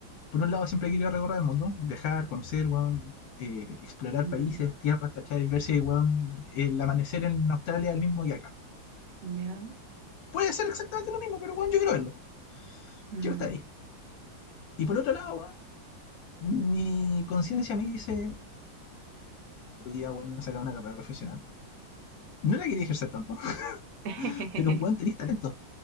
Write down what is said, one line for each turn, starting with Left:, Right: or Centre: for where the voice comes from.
Left: por un lado siempre he querido recorrer el mundo, viajar, conocer, weón, eh, explorar
Right: Mm,
Left: países, tierras, ¿cachai? Ver si, weón, el amanecer en Australia es el mismo que acá.
Right: ya.
Left: Puede ser exactamente lo mismo, pero bueno, yo quiero verlo.
Right: mm.
Left: Quiero estar ahí. Y por otro lado, weón, mi conciencia me dice. Ya, weón, sacar una carrera profesional. No la quería ejercer tanto,
Right: <laughs>
Left: <laughs> pero weón, tenés talento.